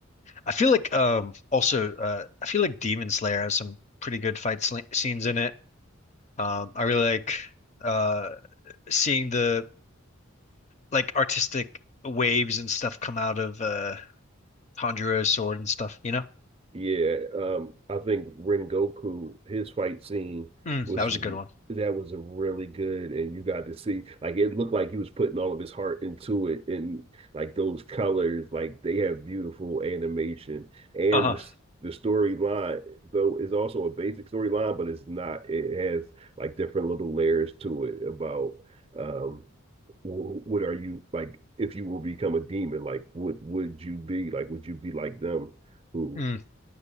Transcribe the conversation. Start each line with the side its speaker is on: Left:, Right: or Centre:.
Left: I feel like um also uh I feel like Demon Slayer has some pretty good fight sl scenes in it. Um, I really like uh seeing the like artistic waves and stuff come out of uh Tanjiro's sword and stuff, you know?
Right: Yeah, um, I think Rengoku, his fight scene
Left: Mm,
Right: was
Left: that was a good one.
Right: that was a really good, and you got to see like it looked like he was putting all of his heart into it, and like those colors, like they have beautiful animation, and
Left: Uh-huh.
Right: the s- the storyline though is also a basic storyline, but it's not. It has like different little layers to it about um, wh- what are you like if you were to become a demon, like what would you be like? Would you be like them? who
Left: Mm.